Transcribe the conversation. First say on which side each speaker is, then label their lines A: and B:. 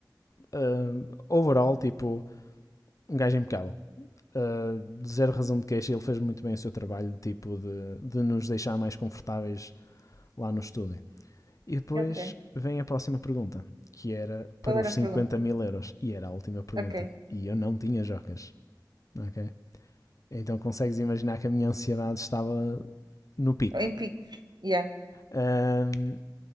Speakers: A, on the left (about 45°); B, on the right (about 70°).
A: Ahm, overall, tipo, um gajo impecável. uh, zero razão de queixa, ele fez muito bem o seu trabalho tipo de, de nos deixar mais confortáveis lá no estúdio. E depois
B: Ok.
A: vem a próxima pergunta, que era
B: Qual
A: para os
B: era a pergunta?
A: 50 mil euros. E era a última pergunta.
B: Ok.
A: E eu não tinha jocas, ok? Então consegues imaginar que a minha ansiedade estava no pico.
B: Em picos. Yeah.
A: Um,